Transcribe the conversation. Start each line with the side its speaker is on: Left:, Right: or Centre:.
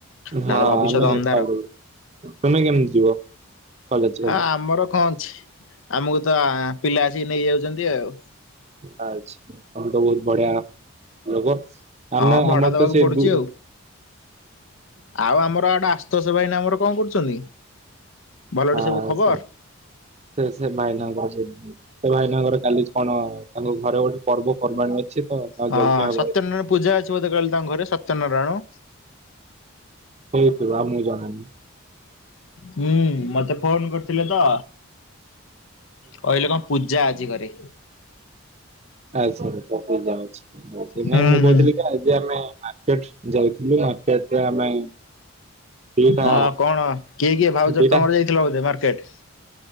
Right: ହଁ
Left: ନହେଲେ ଭବିଷ୍ୟତ
Right: ଆମେ
Left: ଅନ୍ଧାର।
Right: ଏପାଳୁ ତମେ କେମିତି ଯିବ। କଲେଜ କାଲି?
Left: ଆ ଆମର କଣ ଅଛି ଆମକୁ ତ ପିଲା ଆସିକି ନେଇ ଯାଉଛନ୍ତି ଆଉ।
Right: ଆଛ ତମେ ତ ବହୁତ ବଢିଆ ଲୋକ।
Left: ହଁ
Right: ଆମେ
Left: ଭଡା
Right: ଆମର
Left: ଦବାକୁ
Right: ତ ସେଇ
Left: ପଡୁଛି
Right: ଦୁ
Left: ଆଉ ଆଉ ଆମର ଆଡ଼େ ଆସ୍ତୋଷ ଭାଇ ଏଇନା ଆମର କଣ କରୁଛନ୍ତି? ଭଲଟି
Right: ହଁ
Left: ସବୁ ଖବର?
Right: ସେ ସେ ସେ ଭାଇନାଙ୍କର ଯ ସେ ଭାଇନାଙ୍କର କାଲି କଣ ତାଙ୍କ ଘରେ ଗୋଟେ ପର୍ବପର୍ବାଣୀ ଅଛି ତ ତାର
Left: ହଁ
Right: ଯଜ୍ଞ ହବ।
Left: ସତ୍ୟନାରାୟଣ ପୂଜା ଅଛି ବୋଧେ କାଲି ତାଙ୍କ ଘରେ ସତ୍ୟନାରାୟଣ।
Right: ହଉଥିବ ଆମ କୁ ଜଣା ନାହିଁ।
Left: ହୁଁ ମତେ ଫୋନ କରିଥିଲେ ତ। କହିଲେ କଣ ପୂଜା ଆଛି ଘରେ।
Right: ଆଛା <unintelligible>
Left: ହୁଁ
Right: ନାଇଁ ମୁଁ କହୁଥିଲି
Left: ହୁଁ
Right: କଣ ଏବେ ଆମେ ମାର୍କେଟ ଯାଇଥିଲୁ ମାର୍କେଟ ରେ ଆମେ। ଦିଟା
Left: ହଁ କଣ କିଏ କିଏ ଭାଉଜର
Right: ଦିଟା
Left: ତମର ଯାଇଥିଲା ବୋଧେ ମାର୍କେଟ।